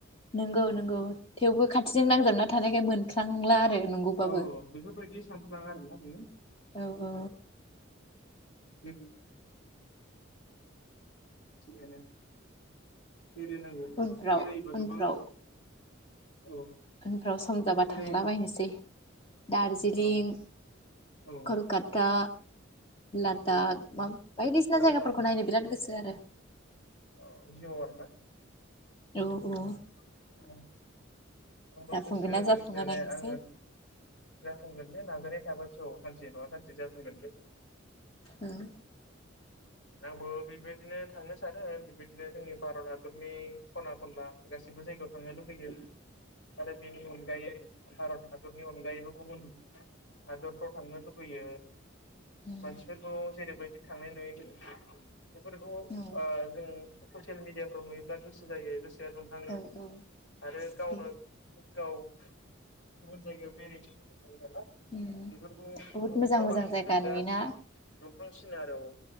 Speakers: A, on the left (about 30°); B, on the left (about 65°).
A: नंगौ नंगौ थेवबो खाथिजों नांजाबना थानायखाय मोनफ्लाङ ला आरो। नंगौबाबो
B: औ बेफोरबायदि सान <inaudible> ना आरोना बेयो
A: औ औ
B: बे थिगानो। बेरायनांगौ
A: उनफ्राव
B: बेरायोबा
A: उनफ्राव
B: गोबां औ
A: उनफ्राव सम जाबा
B: बेराय
A: थांलाबायनोसै दार्जिलिं
B: औ औ
A: कलकाता
B: ओमफ्राय
A: लादाख मा बायदिसिना
B: लादाख
A: जायगाफोरखौ नायनो बिराद गोसो आरो।
B: अ जिउआव आरोना
A: औ। औ
B: <unintelligible> आंबो
A: जाफुंगोन
B: गोसो
A: ना जाफुङा
B: गोसोआलाय
A: नायनोसै
B: आङो जाफुंगोन बेे नाजानाय थाबा। <unintelligible> से नङा सानसे जाफुंगोनलै।
A: उम
B: आंबो बेबायदिनो थांनो सानो बेबायदिनो जोंनि भारत हादरनि खना खनला गासैबो जायगायाव थांनो लुबैदों। आरो बेनि अनगायै भारत हादरनि अनगायैबो गुबुन हादरफ्राव थांनो लुबैयो।
A: उम
B: मानसिफोरखौ जेरैबायदि थांनाय नुयै खि बेफोरखौ ओ
A: औ
B: जों <unintelligible> ससियेल मिडियाफ्राव नुयोब्ला गोसो जायो गोसोआ दुंखाङो
A: औ औ
B: आरो गावनो।
A: दे
B: गाव गुबुन जायगायाव बेराय हैनो <inaudible>
A: उम
B: <inaudible> बेफोरखौ
A: बहुद
B: नुसिनबा
A: मोजां मोजां
B: बांसिन
A: जायगा
B: गोसोआ
A: नुयोना
B: दुंखांसिन आरो औ।